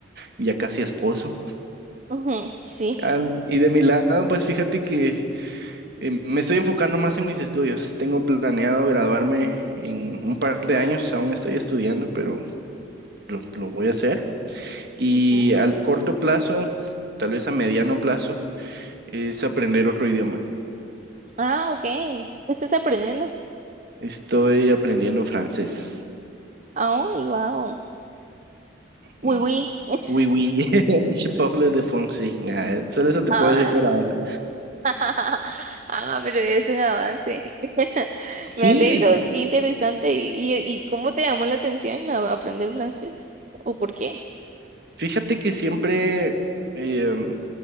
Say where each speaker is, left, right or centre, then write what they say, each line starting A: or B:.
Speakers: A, on the right; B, on the right.
A: ya casi esposo.
B: Ujú, sí.
A: Al- y de mi lado, pues fíjate que Eh, me estoy enfocando más en mis estudios. Tengo planeado graduarme en un par de años. Aún estoy estudiando, pero lo, lo voy a hacer. Y
B: ujú.
A: al corto plazo, tal vez a mediano plazo, es aprender otro idioma.
B: Ah, ok. ¿Qué estás aprendiendo?
A: Estoy aprendiendo francés.
B: Ah, wow. Uy,
A: Mm.
B: uy. <laughs>
A: Oui, oui, <laughs> je parle de français. Ah, solo eso te
B: ah
A: puedo decir por ahora.
B: <laughs> Ah, pero es un avance. <laughs> Me
A: Sí,
B: alegro, qué interesante. ¿Y, y cómo te llamó la atención a- aprender francés? ¿O por qué?
A: fíjate que siempre, em,